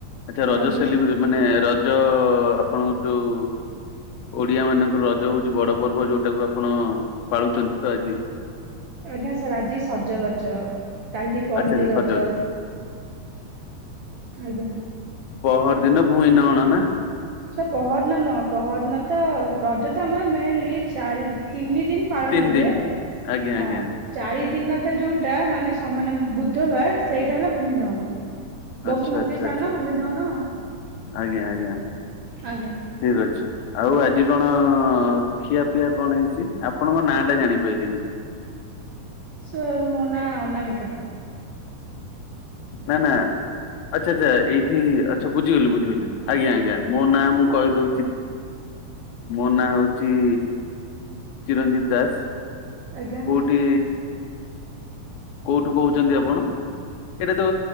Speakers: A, on the left; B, on the right.
A: ଆଚ୍ଛା ରଜ
B: ଆଜ୍ଞା
A: ସେଲି ମାନେ ରଜ ଆପଣଙ୍କ ଯୋଉ ଓଡିଆ ମାନଙ୍କର ରଜ ହଉଛି ବଡ ପର୍ବ। ଯୋଉଟାକୁ ଆପଣ ପାଳୁଛନ୍ତି ତ ଆଜି।
B: ଆଜ୍ଞା ସାର୍ ଆଜି ସଜବାଜ। କାଲି ପହିଲି
A: ଆଚ୍ଛା ଆଚ୍ଛା
B: ରଜ,
A: ସଜବାଜ
B: ଆଜ୍ଞା।
A: ପହରଦିନ ଭୁଇଁ ନଅଣ ନା?
B: ସେ ପହରଦିନ ନହ ପହରଦିନ ତ ରଜ ତ ଆମର ମେନଲି ଚାରି ତିନି ଦିନ। ପାଳନ
A: ତିନି
B: ହୁଏ
A: ଦିନ ଆଜ୍ଞା
B: ହଁ।
A: ଆଜ୍ଞା
B: ଚାରି ଦିନ ଟା ଯୋଉଟା ମାନେ ସମାନେ ବୁଧବାର ସେଇଟା ହେଲା ଭୂମି ଦହନ।
A: ଆଚ୍ଛା
B: ବସୁମତୀ
A: ଆଚ୍ଛା
B: ସ୍ଥାନ,
A: ଆଚ୍ଛା
B: ଭୂମି ଦହନ।
A: ଆଜ୍ଞା, ଆଜ୍ଞା,
B: ଆଜ୍ଞା।
A: ଠିକ ଅଛି। ଆଉ ଆଜି କଣ ଖିଆ ପିଆ କଣ ହେଇଛି, ଆପଣଙ୍କ ନାଁ ଟା ଜାଣିପାରିଲିନି?
B: ସାର୍ ମୋ ନାଁ ଅନାମିକା।
A: ନା, ନା, ଆଚ୍ଛା, ଆଚ୍ଛା ଏଇଠି ଆଛା ବୁଝିଗଲି ବୁଝିଗଲି, ମ୍ୟାମ୍ ଆଜ୍ଞା, ଆଜ୍ଞା। ମୋ ନାଁ ମୁଁ କହିଦଉଛି ମୋ ନାଁ ହଉଛି। ଚିରଞ୍ଜିବ୍ ଦାସ।
B: ଆଜ୍ଞା।
A: ଟି କୋଉଠୁ କହୁଛନ୍ତି ଆପଣ। ଏଇଟା ତ